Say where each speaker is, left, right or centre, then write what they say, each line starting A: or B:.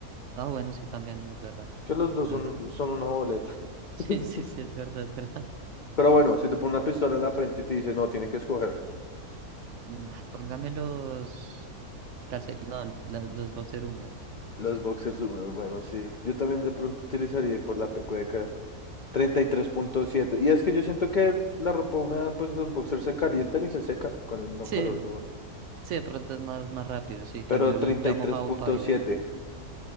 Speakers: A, on the right; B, on the left.
A: Ah, bueno, sí, también, no es verdad.
B: Que los dos
A: Es verdad.
B: son,
A: <laughs>
B: son una boleta.
A: Sí,
B: <laughs>
A: sí, sí, es verdad, es verdad.
B: Pero bueno, si te pone una pistola en la frente y te dice, no, tiene que escoger
A: Mm, ah, Póngame los calcetines, no, la- los boxer húmedos.
B: los boxers húmedos. Bueno, sí, yo también de pronto utilizaría por la pecueca treinta Y tres punto siete y es que yo siento que la ropa húmeda, pues los boxers se calientan y se secan con el mismo
A: Sí,
B: calor de uno.
A: sí, de pronto es más, más rápido. Sí, cambió
B: Pero
A: el
B: treinta
A: ya
B: y
A: mojado
B: tres punto
A: paila.
B: siete